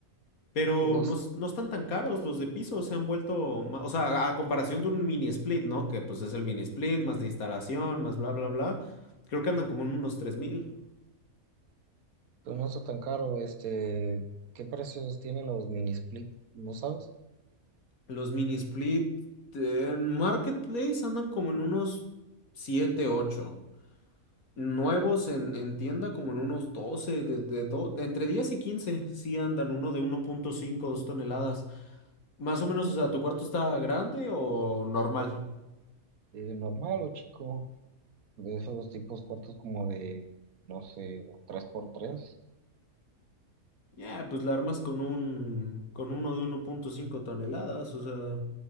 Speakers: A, on the left; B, on the right.
A: Pero
B: Es-
A: no, s- no están tan caros los de piso, se han vuelto, ma- o sea, a comparación de un mini split, ¿no? Que pues es el mini split, más la instalación, más bla, bla, bla. Creo que andan como en unos tres mil
B: pues, no está tan caro. Este, ¿qué precios tienen los mini split? ¿No sabes?
A: Los mini split eh, en Marketplace andan como en unos siete ocho Nuevos en, en tienda como en unos 12 de, de, do- de entre 10 y quince Sí andan uno de uno punto cinco dos toneladas. Más o menos, o sea, ¿tu cuarto está grande o normal?
B: Eh, normal o chico, de esos tipos cuartos como de, no sé, tres por tres
A: Ya, pues la armas con un, con uno de uno punto cinco toneladas, o sea,